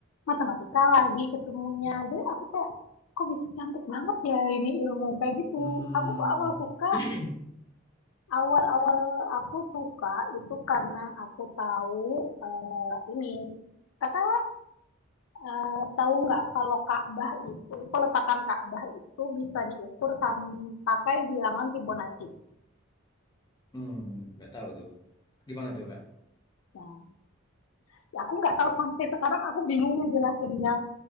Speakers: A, on the left; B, on the left.
A: matematika lagi ketemunya jadi aku kayak kok bisa cantik banget ya ini ilmu kayak gitu
B: Hmm.
A: aku tuh awal suka
B: <clears throat>
A: awal-awal aku suka itu karena aku tahu eh, ini kakak Uh, tahu nggak kalau Ka'bah itu peletakan Ka'bah itu bisa diukur sam pakai bilangan Fibonacci.
B: Hmm, nggak tahu tuh. Gimana tuh, Kak?
A: Nah, ya aku nggak tahu sampai sekarang aku bingung ngejelasinnya.